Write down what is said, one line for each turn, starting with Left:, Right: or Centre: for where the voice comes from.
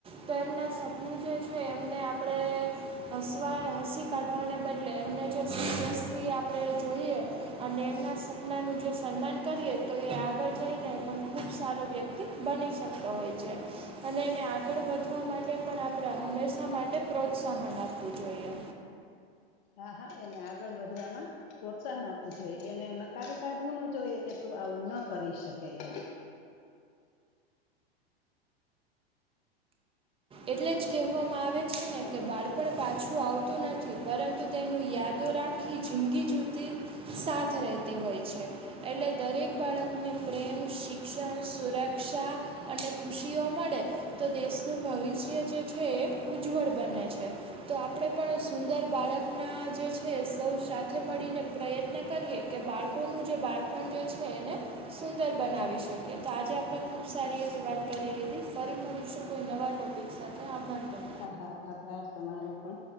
Right: તો એમના સપનું જે છે એમને આપણે હસવા હસી કાઢવાને બદલે એમને જો સરયસથી આપણે જોઈએ અને એમના સપનાનું જો સન્માન કરીએ તો એ આગળ જઈને પણ ખુબ સારો વ્યક્તિ બની શકતો હોય છે અને એને આગળ વધવા માટે પણ આપણે હંમેશા માટે પ્રોત્સાહન આપવું જોઈએ
Left: હા હા એને આગળ વધવામાં પ્રોત્સાહન આપવું જોઈએ એને નકારી કાઢવું ન જોઈએ કે તું આવું ના કરી શકે એમ
Right: એટલે જ કહેવામાં આવે છે ને કે બાળપણ પાછું આવતું નથી પરંતુ તેનું યાદો રાખ આખી જિંદગી જુતી સાથ રહેતી હોય છે એટલે દરેક બાળકને પ્રેમ શિક્ષણ સુરક્ષા અને ખુશીઓ મળે તો દેશનું ભવિષ્ય જે છે એ ઉજ્જવળ બને છે તો આપણે પણ સુંદર બાળકના જે છે સૌ સાથે મળીને પ્રયત્ન કરીએ કે બાળકોનું જે બાળપણ જે છે એને સુંદર બનાવી શકી તો આજે આપણે ખુબ સારી એવી વાત કરી લીધી ફરી મળીશું કોઈ નવા ટોપિક સાથે આભ્વાાન કર
Left: હા હા આભાર તમારો પણ